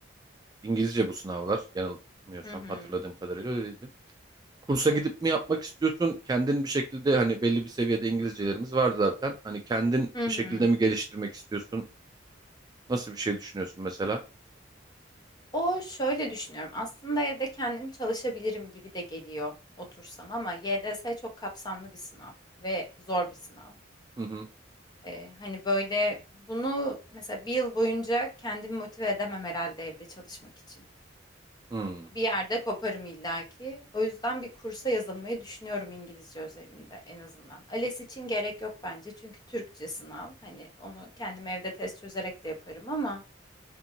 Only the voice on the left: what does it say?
Hı hı.
Evet.
Hı
hı.
O şöyle düşünüyorum. Aslında evde kendim çalışabilirim gibi de geliyor otursam ama YDS çok kapsamlı bir sınav ve zor bir sınav.
Ee, hani böyle bunu mesela bir yıl boyunca kendimi motive edemem herhalde evde çalışmak için.
Bir yerde koparım illaki. O yüzden bir kursa yazılmayı düşünüyorum İngilizce özelinde en azından. ALES için gerek yok bence çünkü Türkçe sınav. Hani onu kendim evde test çözerek de yaparım ama